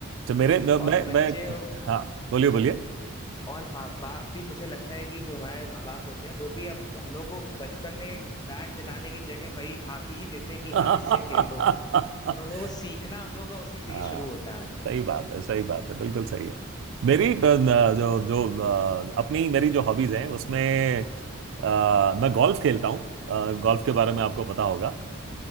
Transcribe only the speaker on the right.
तो मेरे मैं
मैं
मैं- हाँ बोलिए बोलिए
<laughs>
हाँ
सही बात है सही बात है बिल्कुल सही है मेरी अ, न- जो जो अ, अपनी मेरी जो हॉबीज हैं उसमें अ, मैं गोल्फ खेलता हूँ अ, गोल्फ के बारे में आपको पता होगा